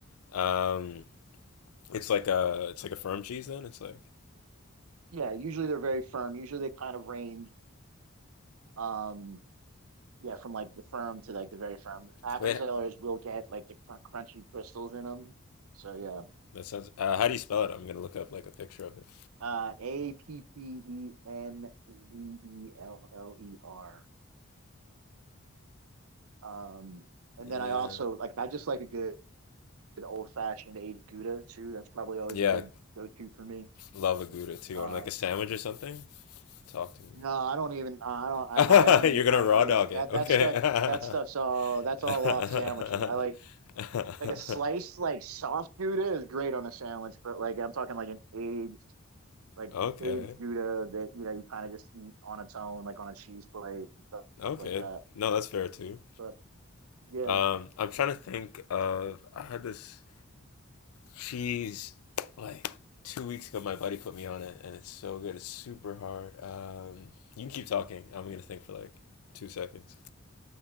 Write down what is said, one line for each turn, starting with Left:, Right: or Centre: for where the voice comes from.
Left: um It's like a it's like a firm cheese then. It's like
Right: Yeah, usually they're very firm. Usually they kind of range, um, yeah, from like the firm to like the very firm. Appenzellers
Left: wait,
Right: will get like the cr crunchy crystals in them. So yeah,
Left: that sounds. Uh, how do you spell it? I'm gonna look up like a picture of it.
Right: uh, A P P E N V E L L E R. Um, and
Left: Yeah,
Right: then I also like I just like a good Good old fashioned aged Gouda too. That's probably always
Left: yeah,
Right: a good go to for me.
Left: love a gouda too
Right: Uh,
Left: on like a sandwich or something. Talk to me.
Right: no, I don't even. uh, I don't.
Left: <laughs>
Right: I, I only.
Left: You're gonna
Right: I
Left: raw
Right: only
Left: dog it,
Right: that
Left: okay?
Right: that stuff. That stuff's all. That's all
Left: <laughs>
Right: off sandwiches. I like like a sliced like soft Gouda is great on a sandwich, but like I'm talking like an aged like
Left: Okay,
Right: aged Gouda that you know you kind of just eat on its own, like on a cheese plate and stuff,
Left: okay.
Right: stuff like that.
Left: No, that's fair too.
Right: But yeah.
Left: Um, I'm trying to think of. I had this. She's like two weeks ago. My buddy put me on it, and it's so good. It's super hard. Um, you can keep talking. I'm gonna think for like two seconds.